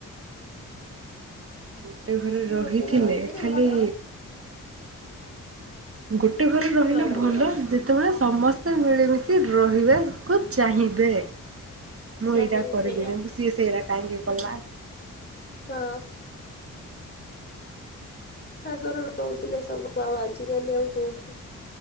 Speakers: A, on the right; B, on the left.
A: ଗୋଟେ ଘରେ ରହିଥିଲେ
B: ଗୋଟେ ଘରେ ରହିଲେ ବି
A: ଖାଲି
B: ଭଲ ଆଉ
A: ଗୋଟେ ଘରେ ରହିଲେ
B: ମାଡ
A: ଭଲ,
B: ଗୋଳ
A: ଯେତେବେଳେ ସମସ୍ତେ ସେ ମିଳିମିଶି ରହିବେ କୁ ଚାହିଁବେ? ମୁଁ
B: ଚାହିଁବେ
A: ଏଇଟା କରିବିରେ
B: ସେଇଆ।
A: ସିଏ ସେରା କାହିଁକି <inaudible>
B: ହଁ। ଆଗରୁ ରହୁଥିଲେ ସବୁ, ଆଉ ଆଜିକାଲି ଆଉ କୋଉଠି